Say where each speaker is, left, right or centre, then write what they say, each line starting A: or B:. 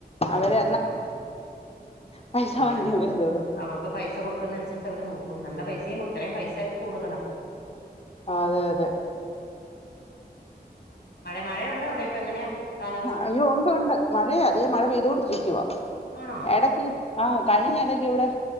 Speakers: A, on the left; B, on the left.
A: ആ ആ
B: അവര്
A: ആ ആ
B: പൈസ
A: അതെ
B: വാങ്ങിയേ
A: അവർക്ക്
B: വരുന്നുള്ളൂ
A: അവർക്ക് പൈസ കൊടുക്കുന്ന അനുസരിച്ച് അവര് നോക്കും നല്ല പൈസയും ഇത്രയും പൈസയൊക്കെ കൂടുതലാ
B: ആഹ അതെ അതെ
A: മഴയുണ്ടോ അവിടെ ഇപ്പ എങ്ങനെയാ? കാലാവസ്ഥ
B: ആ അയ്യോ ഉണ്ട് ഉണ്ട് മഴയ അതേ മഴ പെയ്തോണ്ടിരിക്കുവാ
A: ആണോ
B: എടക്കി ആഹ കഴിഞ്ഞ ഇടയ്ക്ക് ഇവിടെ